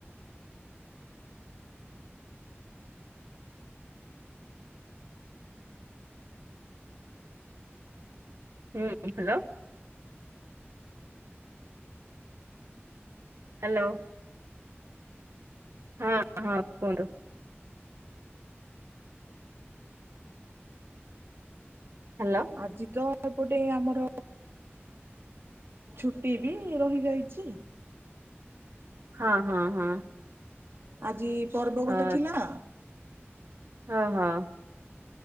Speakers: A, on the right; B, on the right.
A: ହୁଁ ହ୍ୟାଲୋ ହ୍ୟାଲୋ ହଁ ହଁ କୁହନ୍ତୁ ହ୍ୟାଲୋ
B: ଆଜି ତ ଏପଟେ ଆମର ଛୁଟି ବି ରହି ଯାଇଛି
A: ହଁ ହଁ ହଁ
B: ଆଜି ପର୍ବ ଗୋଟେ
A: ଅ
B: ଥିଲା
A: ହଁ ହଁ